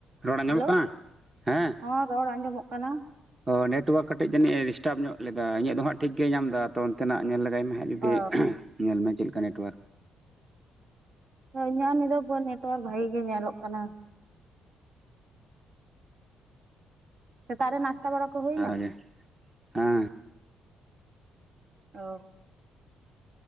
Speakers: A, on the right (about 25°); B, on the right (about 70°).
A: ᱨᱚᱲ ᱟᱸᱡᱚᱢᱚᱜ
B: ᱦᱮᱞᱳ
A: ᱠᱟᱱᱟ ᱦᱮᱸ
B: ᱦᱚᱸ ᱨᱚᱲ ᱟᱸᱡᱚᱢᱚᱜ ᱠᱟᱱᱟ
A: ᱚ ᱱᱮᱴᱳᱣᱟᱨᱠ ᱠᱟᱴᱤᱡ ᱡᱟᱱᱤᱡ ᱮ ᱰᱤᱥᱴᱟᱵ ᱧᱚᱜ ᱞᱮᱫᱟ ᱤᱧᱟᱹᱜ ᱫᱚ ᱦᱟᱸᱜ ᱴᱷᱤᱠ ᱜᱮ ᱧᱟᱢ ᱫᱟ ᱛᱚ ᱚᱱᱛᱮᱱᱟᱜ ᱧᱮᱞ ᱞᱮᱟᱜᱟᱭ ᱢᱮ ᱡᱩᱫᱤ
B: ᱚ
A: <unintelligible> ᱧᱮᱞ ᱢᱮ ᱪᱮᱫᱠᱟ ᱱᱮᱴᱣᱟᱨᱠ
B: ᱦᱳᱭ <unintelligible> ᱮᱫᱟᱭ ᱯᱷᱳᱱ ᱱᱮᱴᱳᱣᱟᱨᱠ ᱵᱷᱟᱜᱤ ᱜᱮ ᱧᱮᱞᱚᱜ ᱠᱟᱱᱟ ᱥᱮᱛᱟᱜ ᱨᱮ ᱱᱟᱥᱛᱟ ᱵᱟᱲᱟ ᱠᱚ ᱦᱩᱭᱱᱟ
A: <unintelligible> ᱦᱮᱸ
B: ᱚ